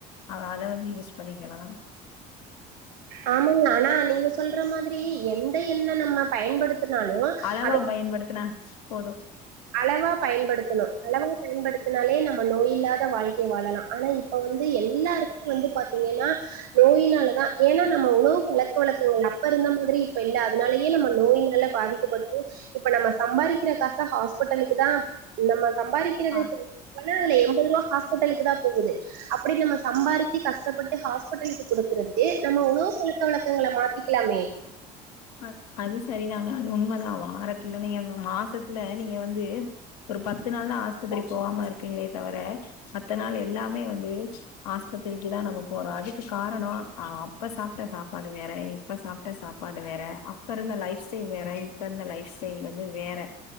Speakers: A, on the left (about 80°); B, on the right (about 80°).
A: அ அத வந்து யூஸ் பண்ணிக்கலா
B: ஆமாங்க ஆனா நீங்க சொல்ற மாதிரி எந்த எண்ண நம்ம பயன்படு த்துனாலு
A: அளவா
B: அது
A: பயன்படுத்துனா போதும்
B: அளவா பயன்படுத்தணு அளவா பயன்படுத் துனாலே நம்ம நோய் இல்லாத வாழ்க்கை வாழலா ஆனா இப்ப வந்து எல்லாருக்கும் வந்து பாத்தீங்கன்னா நோயினால தா ஏனா நம்ம உணவு பழக்க வழக்கங்கள் அப்ப இருந்த மாதிரி இப்ப இல்ல அதனாலயே நம்ம நோயினால பா பாதிக்கப்பட்டு இப்ப நம்ம சம்பாரிக் கற காச ஹாஸ்பிட்டலுக்கு தா நம்ம சம்பாரிக்கிறது
A: அ
B: <unintelligible> னா அதுல எம்பது ரூபா ஹாஸ்பிட்டலுக்கு தா போகுது அப்படி நம்ம சம்பாரிச்சு கஷ்டப்பட்டு ஹாஸ்பிட்டலுக்கு குடுக்கற துக்கு நம்ம உணவு பழக்க வழக்கங்கள மாத்திக்கலாமே
A: அ அது சரிதாங்க அது உண்மதா வாரத்துல நீங்க மாசத்துல நீங்க வந்து ஒரு பத்து நாள் தா ஆஸ்பத்திரி போகாம இருக்கீங்களே தவர மத்த நாள் எல்லாமே வந்து ஆஸ்பத்தி ரிக்கி தா நம்ம போறோம் அதுக்கு காரணோ அ அப்ப சாப்ட்ட சாப்பாடு வேற இப்ப சாப்ட்ட சாப்பாடு வேற அப்ப இருந்த லைஃப் ஸ்டைல் வேற இப்ப இருந்த லைப் ஸ்டைல் வந்து வேற